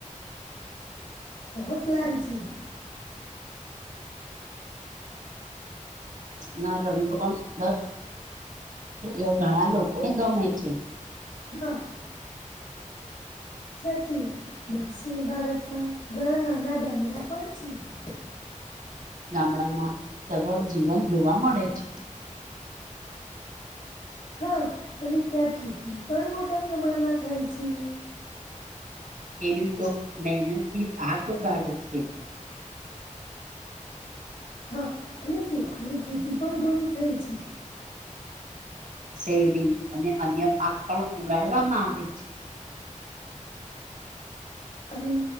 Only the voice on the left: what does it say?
<unintelligible>
હા સાચી વાત દક્ષિણ ભારતમાં ઘણા નાના ગામડા પણ છે
હા અને ત્યાં ખેતી પણ મોટા પ્રમાણમાં થાય છે
હા અને ચોખાની ખેતી પણ ઘણી થઈ છે
અને